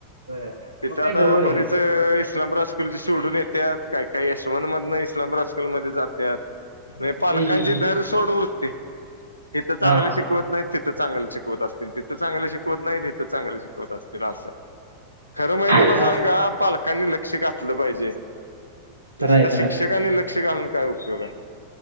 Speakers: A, on the right; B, on the left.
A: बर
B: तिथ
A: मग
B: आता
A: काय जवळ आहे
B: बरीच
A: की.
B: इस्लामरास्कूलची तोडून येतात. काय काय यशवंत मधन इस्लामरास्कलमध्ये जातात. नाही पालकांची
A: हं, हं, हं.
B: धर सोड वृत्ती. तिथं
A: हां.
B: चांगले शिकवत नाही तिथं चांगलं शिकवत असतील, तिथं चांगलं शिकवत नाही, तिथं चांगलं शिकवत असतील असं. खरं म्हणजे
A: ते
B: तुला सांगु
A: असं
B: का पालकांनी लक्ष घातलं पाहिजे.
A: खरं
B: नसत
A: आहे, खरं
B: शिक्षकाने
A: आहे.
B: लक्ष घालून काय उपयोग आहे?